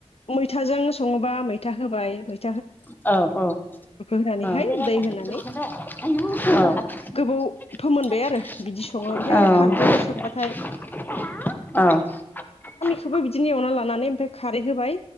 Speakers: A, on the left (about 65°); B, on the left (about 15°).
A: मैथाजों सङोबा मैथा होबाय मैथ
B: औ
A: होनानैहाय
B: औ
A: दै होनानै
B: औ
A: गोबाव फोमोनबाय आरो बिदि
B: औ
A: सङो ओमफ्राय आरो खारदैजों संबाथाय
B: औ।
A: खोबो बिदि एवना लां नानै ओमफाय खारै होबाय